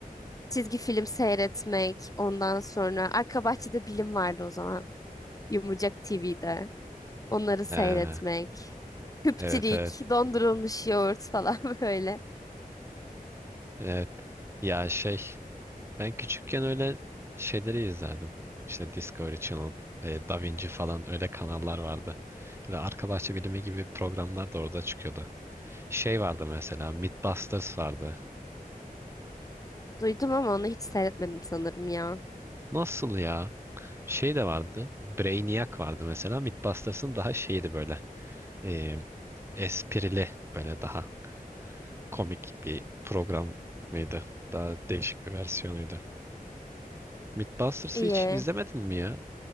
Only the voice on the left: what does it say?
çizgi film seyretmek, ondan sonra arka bahçede bilim vardı o zaman. Yumurcak TV'de. Onları seyretmek.
Hüptirik,
dondurulmuş yoğurt falan <laughs> böyle.
Duydum ama onu hiç seyretmedim sanırım ya.
İyi.